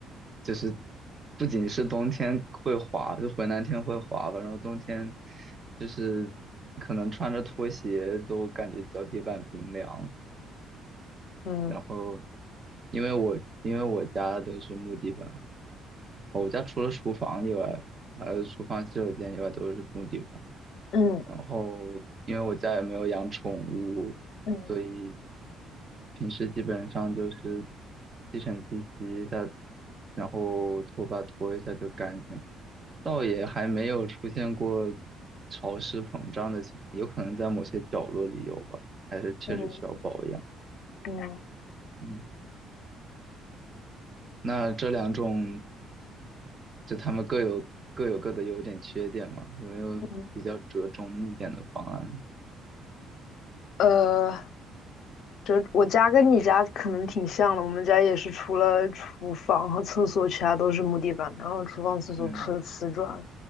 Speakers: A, on the right (about 25°); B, on the left (about 60°).
A: 就是不仅是冬天会滑，就回南天会滑吧，然后冬天就是可能穿着拖鞋都感觉脚底板冰凉。
B: 嗯
A: 然后因为我因为我家都是木地板，我家除了厨房以外，还有厨房洗手间以外都是木地板。
B: 嗯
A: 然后因为我家也没有养宠物，
B: 嗯
A: 所以平时基本上就是吸尘器吸一下，然后拖把拖一下就干净，倒也还没有出现过潮湿膨胀的情况有可能在某些角落里有吧，还是确实需要保养。
B: 嗯嗯
A: 嗯，那这两种就他们各有各有各的优点缺点嘛，有没有比较折中一点的方案？
B: 嗯，呃，这我家跟你家可能挺像的，我们家也是除了厨房和厕所，其他都是木地板，然后厨房、厕所铺的瓷砖。
A: 嗯